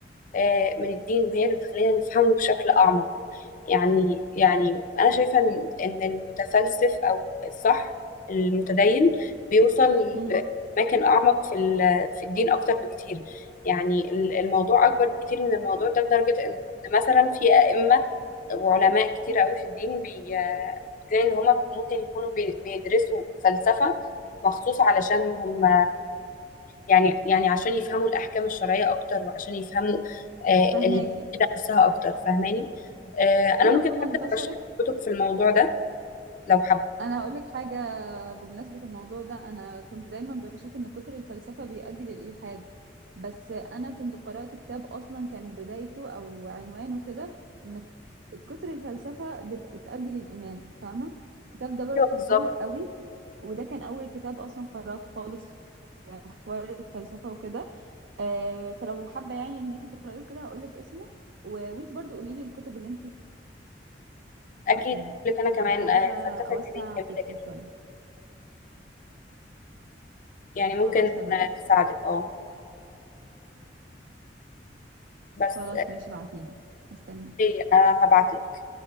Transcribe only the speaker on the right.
امم
فهماكي
في
مقوله
انتشرت
انا هقول لك حاجه بمناسبة الموضوع ده أنا كنت دايما بشوف إن كتر الفلسفة بيؤدي للإلحاد بس أنا كنت قرأت كتاب أصلا كان بدايته أو عنوانه كده إن كتر الفلسفة بت- بتؤدي للإيمان فاهمة الكتاب ده بر-
كان
حلو قوي و- وده كان أول كتاب أصلا قرأته خالص في حوار الفلسفة وكده آه، فلو حابة يعني إن أنت تقرأيه وكده هقولك اسمه و- وأنت برضو قوليلي الكتب اللي أنت قرأتيها
عشان عايزة
أوسع
فكري
شوية
خلاص تمام
خلاص
ماشي ابعتيلي هستناك